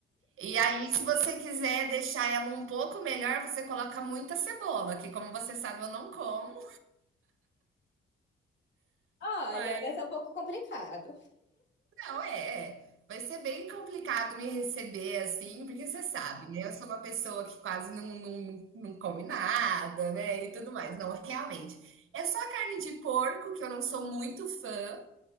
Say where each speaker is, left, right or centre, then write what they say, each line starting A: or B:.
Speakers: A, on the right; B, on the left.
A: E aí, se você quiser deixar ela um pouco melhor, você coloca muita cebola, que como você sabe, eu não como,
B: Olha,
A: mas
B: vai ser um pouco complicado.
A: não, é, é. Vai ser bem complicado me receber assim, porque você sabe, né? Eu sou uma pessoa que quase não, não, não come nada, né? E tudo mais. Não, realmente. É só a carne de porco, que eu não sou muito fã,